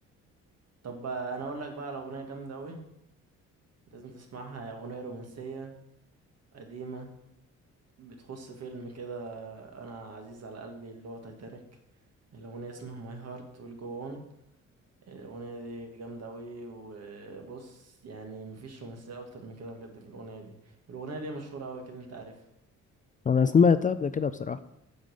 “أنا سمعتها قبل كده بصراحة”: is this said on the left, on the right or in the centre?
Left